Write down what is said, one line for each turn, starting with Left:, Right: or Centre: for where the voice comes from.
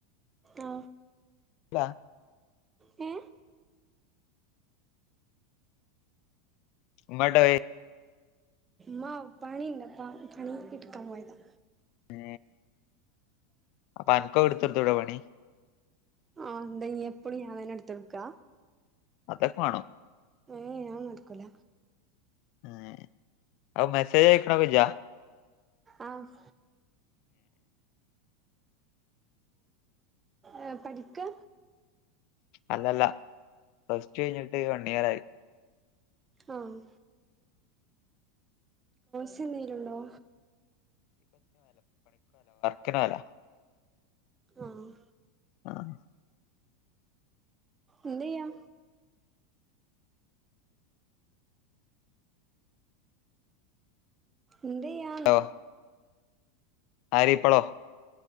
Right: ആ
Left: പാ
Right: ഏ
Left: ഉമ്മേടെകയ്യ്
Right: മാ പണിണ്ട്പ്പാ പണിയ് എടുക്കാമ്പോയതാ
Left: ഏ അപ്പൊ അൻക്കോ എടുത്തൊടുത്തൂടെ പണി
Right: ആഹ് ന്തയിനിയെപ്പളും ഞാൻ വേനെടുത്തൊടുക്കാ
Left: അതൊക്കെ വേണോ
Right: ഏ ഞാൻ നടക്കൂല
Left: ഏ അപം മെസ്സേജയ്ക്കണപ ഇജ്ജാ
Right: ആഹ് ഏ പഠിക്കാ
Left: അല്ലല്ല പ്ലസ് ടു കഴിഞ്ഞിട്ട് വൺ ഇയർ ആയി
Right: ആഹ് കോൽസ്ന്നേരുണ്ടോ
Left: കിടാല്ല
Right: ആഹ്
Left: ആഹ്
Right: എന്ത്യ്യാ നിന്റയാണ്
Left: ഓ ആര് ഇപ്പളോ